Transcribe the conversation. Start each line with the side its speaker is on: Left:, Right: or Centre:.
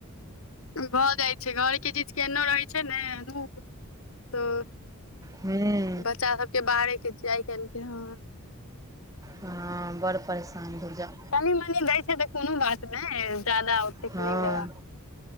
Left: भऽ जाइत छै, घरके चीज के एनो रहैत छै ने अनूप, तऽ
Right: हूँ
Left: बच्चा सबके बाहारे के, आइ काल्हिके हँ।
Right: हँ बड़ परेशानी धूर जो।
Left: कनि मनी दै छै तऽ कोनो बात नहि, ज्यादा ओतेक
Right: हँ
Left: नहि देबाक